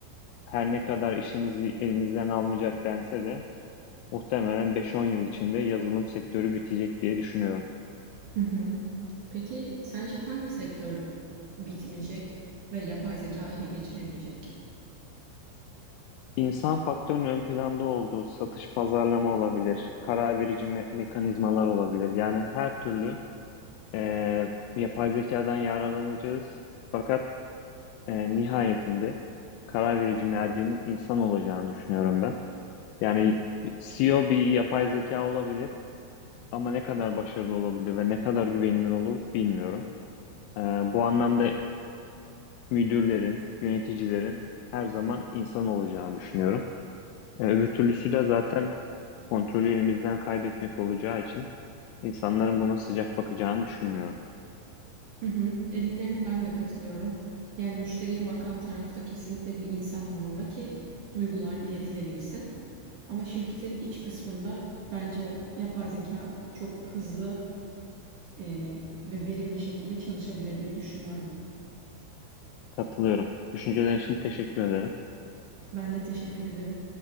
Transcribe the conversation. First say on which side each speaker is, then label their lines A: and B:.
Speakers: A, on the left; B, on the right.
A: her ne kadar işinizi elinizden almayacak dense de muhtemelen 5-10 yıl içinde yazılım sektörü bitecek diye düşünüyorum.
B: Hı hı. Peki sence hangi sektör bitmeyecek ve yapay zeka ele geçiremeyecek?
A: İnsan faktörünün ön planda olduğu satış pazarlama olabilir, karar verici me- mekanizmalar olabilir. Yani her türlü eee, yapay zekadan yararlanacağız. Fakat eee, nihayetinde karar verici mercinin insan olacağını düşünüyorum ben. Yani CEO bir yapay zeka olabilir ama ne kadar başarılı olabilir ve ne kadar güvenilir olur bilmiyorum. Eee, bu anlamda müdürlerin, yöneticilerin her zaman insan olacağını düşünüyorum. E, Öbür türlüsü de zaten kontrolü elimizden kaybetmek olacağı için insanların buna sıcak bakacağını düşünmüyorum.
B: Hı hı. Dediklerine ben de katılıyorum. Yani müşteriye bakan tarafta kesinlikle bir insan olmalı ki duygular iletilebilsin. Ama şirketin iç kısmında bence yapay zeka çok hızlı e, ve verimli şekilde çalışabilir diye düşünüyorum.
A: Katılıyorum. Düşüncelerin için teşekkür ederim.
B: Ben de teşekkür ederim.